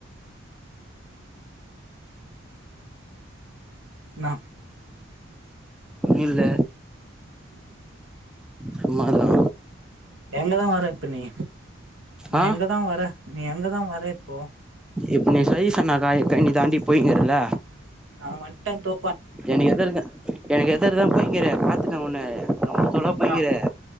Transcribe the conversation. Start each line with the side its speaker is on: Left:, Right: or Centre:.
Right: இன்னா
Centre: இல்ல
Right: <inaudible>
Centre: பண்லாடா
Right: எங்கதா வர இப்ப நீ நீ
Centre: ஆ
Right: எங்கதா வர நீ எங்கதா வர இப்போ
Centre: இப்ப நீ சரி சொன்னாகா இத நீ தாண்டி போய்னுகுறல
Right: நா வந்டே தோ
Centre: எனக்கு எதிர்க எனக்கு எதிர்கதா போயிகிற பாத்துட்ட உண்ண சம்பத்தோட போய்கிற
Right: ஆ